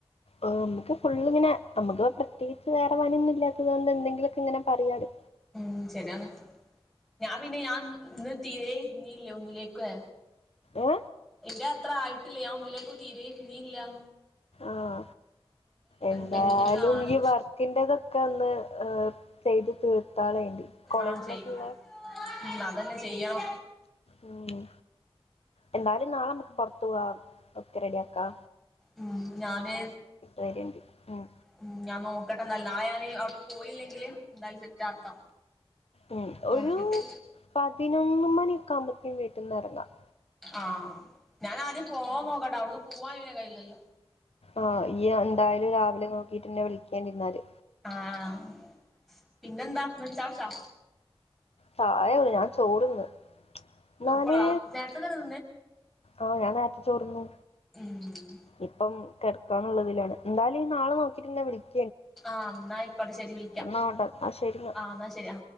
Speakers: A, on the left; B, in the centre.
A: ആ നമുക്ക് ഫുള്ള്ങ്ങനെ നമുക്ക് പ്രത്യേകിച്ച് വേറെ പണിന്നും ഇല്ലാത്തതുകൊണ്ട് എന്തെിലക്കെ ഇങ്ങനെ പറയാാലോ
B: ഉം ശരിയാണ് ഞാൻ പിന്നെ ഞാൻ ഇന്ന് തീരെേ നീല്ലേ ഒന്നിലേക്ക്
A: ഏ
B: എന്റെ അത്ര ആയിട്ടില്ല ഞാൻ ഒന്നിലേക്ക് തീരെ പിന്നീയില്ല
A: ആഹ് എന്തായാലും
B: പെൻഡിങ് ആണ്
A: ഈ വർക്കിറതൊക്കെ ഒന്ന് ചെയ്ത് തീർത്താളറെ കോളേജിലൊക്ക
B: ആഹ് ചെയ്യും
A: ഉള്ള
B: ഉം അതന്നെ ചെയ്യണം
A: ഉം എന്തായാലും നാളെമ്മുക്ക് പുറത്തു പോവാ ഒക്കെ റെഡിയ ആാക്കാ
B: ഉം ഞാന്
A: വര്ണ്ട് ഉം
B: ഉ ഞാൻ നോക്കട്ടെ നല്ല നാളെ ഞാൻ പോയില്ലെങ്കില് എന്തായാലും സെറ്റ് ആക്കാം
A: ഉം
B: നോക്കിട്ട്
A: ഒരു പതിനൊന്ന് മണിയൊക്കെ ആുമ്പത്തേും വീട്ടിൽന്ന് ഇറങ്ങാം
B: ആഹ ഞാൻ ആദ്യം പോവാ നോക്കട്ടാ അടടു പോവാൻ ഇനെ കയ്യിയിലല്ലോ
A: ആഹ ഈ എന്തായാലും രാവിലെ ന വീട്ടന്നെ വിളിക്കണ്ടിരാല്
B: ആഹ പിന്നെന്താ വിടിച്ച വിച്ചാ
A: ചായ ഉള്ളു ഞാൻ ചോടുന്ന് എന്നാല്
B: ഇപ്പളാ നേരത്തെ തന്നെ
A: ആഹ ഞാൻ നേരത്തെ ചോർന്നു
B: തിന്ന് ഉം
A: ഇപ്പം ക ുള്ളതിാണ് എന്തായാല നാളെ നോക്കിട്ട് വിള
B: ആഹ എന്നാ ഇക്കോട്ടെ ശരി വിളിക്കാം
A: പോവണ്ട എന്നാ ശരി
B: ആ എന്നാ ശരി ആ